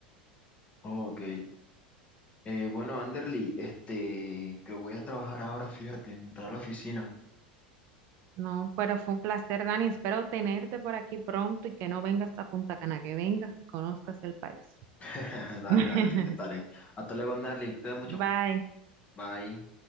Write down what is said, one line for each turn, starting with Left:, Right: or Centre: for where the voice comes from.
Left: Ok. Eh, bueno, Anderly, este, creo que voy a trabajar ahora, fíjate, entrar a la oficina.
Right: No, pero fue un placer, Dani. Espero tenerte por aquí pronto y que no vengas a Punta Cana, que vengas y conozcas el país.
Left: <laughs> Dale,
Right: <laughs>
Left: dale, lo intentaré. Hasta luego, Anderly. Cuídate mucho.
Right: Bye.
Left: Bye.